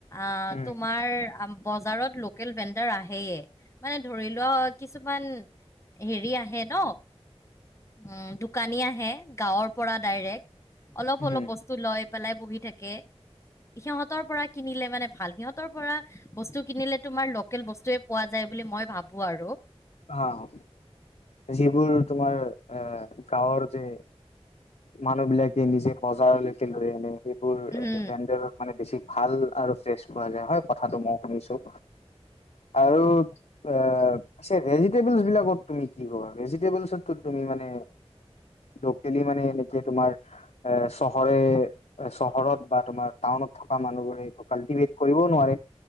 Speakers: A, on the left; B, on the left.
A: আহ
B: উম,
A: তোমাৰ বজাৰত লোকেল ভেণ্ডাৰ আহে। সেয়ে, মানে ধৰিলোৱা কিছুমান হেৰি আহে ন। উম, দোকানী আহে, গাঁৱৰ পৰা ডাইৰেক্ট অলপ
B: উম,
A: অলপ বস্তু লয়। পেলাই বহি থাকে। সিহঁতৰ পৰা কিনিলে মানে ভাল। সিহঁতৰ পৰা বস্তু কিনিলে তোমাৰ লোকেল বস্তুৱে পোৱা যায়। বুলি মই ভাবোঁ আৰু।
B: অহ, যিবোৰ তোমাৰ এ গাঁৱৰ যে। মানুহ বিলাকে নিজে বজাৰলৈকে লৈ আনে সেইবোৰ
A: উম
B: বেণ্ডত মানে বেছি ভাল আৰু ফ্ৰেছ পোৱা যায়, হয় কথাটো মইয়ো শুনিছোঁ। আৰু অহ। ভেজিটেবল বিলাকত তুমি কি কবা, ভেজিটেবলেচত তুমি মানে লোকেলি মানে এনেকে তোমাৰ, এ চহৰে চহৰত বা তোমাৰ টাউনত থা থকা মানুহবোৰেটো কাল্টিভেট কৰিবও নোৱাৰে।